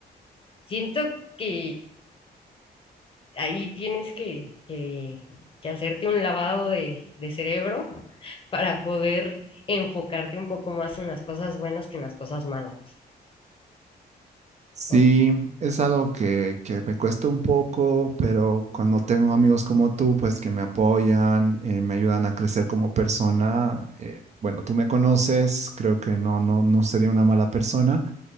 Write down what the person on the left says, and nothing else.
Siento que ahí tienes que, que- que hacerte un lavado de, de cerebro <laughs> para poder enfocarte un poco más en las cosas buenas que en las cosas malas.
O-